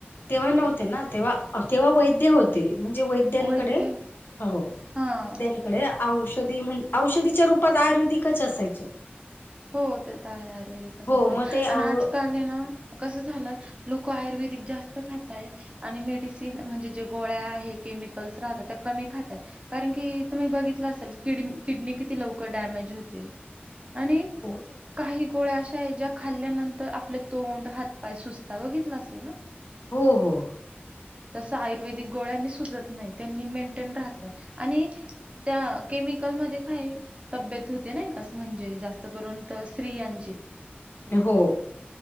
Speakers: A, on the left; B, on the right.
A: तेव्हा नव्हते ना तेव्हा तेव्हा वैद्य होते. म्हणजे वैद्यांकडे
B: वैद्य
A: हो
B: हां.
A: वैद्यांकडे औषधी म्हणजे औषधीच्या रूपात आयुर्वेदिकच असायचं.
B: हो ते तर आहे आयुर्वेदिकच
A: हो
B: असेल
A: मग ते आव
B: आणि आजकाल आहे ना, कस झालंय लोक आयुर्वेदिक जास्त खातय आणि मेडिसिन म्हणजे जे गोळ्या आहे केमिकल्स राहतात त्या कमी खातय कारण की तुम्ही बघितलं असाल, कड किडनी किती लवकर डॅमेज होते. आणि
A: हो
B: काही गोळ्या अशा आहे ज्या खाल्ल्यानंतर आपले तोंड हातपाय सुस्ता बघितला असेल ना
A: हो हो
B: तस आयुर्वेदिक गोळ्यांनी सुजत नाही त्यांनी मेंटेन राहत आणि त्या केमिकल मध्ये काय तब्येत होते ना कस म्हणजे जास्त करून तर स्तियांची
A: हो